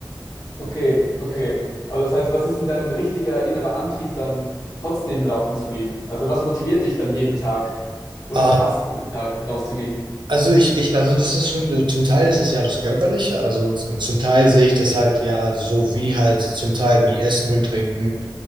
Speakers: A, on the left; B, on the right.
A: Okay, okay. Aber das heißt, was ist denn dein richtiger innerer Antrieb dann trotzdem laufen zu gehen? Also was motiviert dich dann jeden Tag oder
B: Ah,
A: fast jeden Tag rauszugehen?
B: Also ich, ich, also das ist schon, äh, zum Teil ist es ja das Körperliche, also z- zum Teil sehe ich das halt ja, also so wie halt zum Teil wie Essen und Trinken,